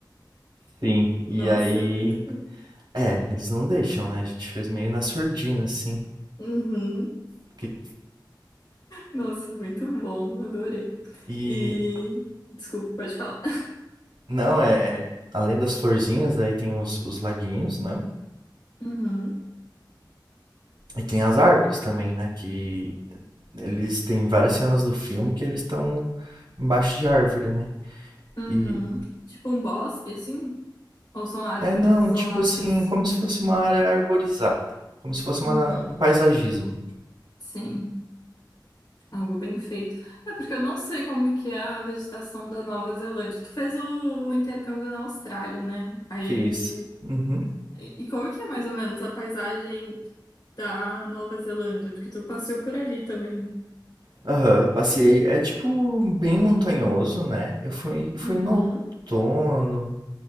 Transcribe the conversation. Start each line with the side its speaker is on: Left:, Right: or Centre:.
Right: Sim, e
Left: Nossa,
Right: aí.
Left: muito bom.
Right: É, eles não deixam, né? A gente fez meio na surdina, assim.
Left: Uhum.
Right: porque-
Left: Nossa, muito bom. Adorei.
Right: E.
Left: E. Desculpa, pode falar.
Right: Não, é. é, Além das florzinhas, aí tem os, os laguinhos, né?
Left: Uhum.
Right: E tem as árvores também, né? Que eles têm várias cenas do filme que eles estão embaixo de árvore, né?
Left: Uhum.
Right: E.
Left: Tipo um bosque, assim? Ou são árvores
Right: É, não,
Left: isoladas.
Right: tipo assim, como se fosse uma área arborizada, como se fosse uma,
Left: Uhum,
Right: um paisagismo.
Left: sim, algo bem feito. É porque eu não sei como que é a vegetação da Nova Zelândia. Tu fez o intercâmbio na Austrália, né? Aí,
Right: Fiz. Uhum.
Left: e e como que é mais ou menos a paisagem da Nova Zelândia? Porque tu passeou por ali também, né?
Right: Aham, passei. É tipo bem montanhoso, né? Eu fui, fui
Left: Uhum,
Right: no outono,